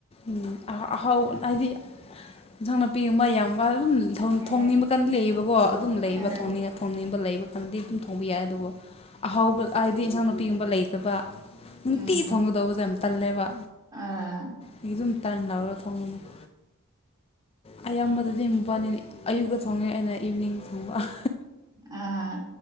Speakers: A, on the left (about 25°); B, on the right (about 20°).
A: ꯎ ꯑꯍꯥ ꯑꯍꯥꯎ ꯍꯥꯏꯗꯤ ꯏꯟꯁꯥꯡ ꯅꯥꯄꯤꯒꯨꯝꯕ ꯌꯥꯝ ꯃꯥ ꯑꯗꯨꯝ ꯊꯣ
B: ꯎꯝ
A: ꯊꯣꯡꯅꯤꯡꯕ ꯀꯟ ꯂꯩꯌꯦꯕꯀꯣ ꯑꯗꯨꯝ ꯂꯩꯕ
B: ꯑ
A: ꯊꯣꯡꯅꯤꯡꯉ ꯊꯣꯡꯅꯤꯡꯕ ꯂꯩꯕ ꯀꯥꯟꯗꯤ ꯑꯗꯨꯝ ꯊꯣꯡꯕ ꯌꯥꯏ ꯑꯗꯨꯕꯨ ꯑꯍꯥꯎꯕ ꯍꯥꯏꯗꯤ ꯏꯟꯁꯥꯡ ꯅꯥꯄꯤꯒꯨꯝꯕ ꯂꯩꯇꯕ ꯅꯨꯡꯇꯤꯒꯤ
B: ꯎꯝ
A: ꯊꯣꯡꯒꯗꯧꯕꯁꯦ ꯌꯥꯝ ꯇꯜꯂꯦꯕ
B: ꯑꯥ
A: ꯃꯤ ꯑꯗꯨꯝ ꯇꯥꯟ ꯂꯧꯔ ꯊꯣꯡꯕꯅꯤ ꯫ ꯑꯩ ꯌꯥꯝꯕꯗꯗꯤ ꯃꯕꯥꯅꯤ ꯑꯌꯨꯛꯇ ꯊꯣꯡꯉꯦ ꯑꯩꯅ ꯏꯚꯅꯤꯡ ꯊꯣꯡꯕ ꯫
B: ꯑꯥ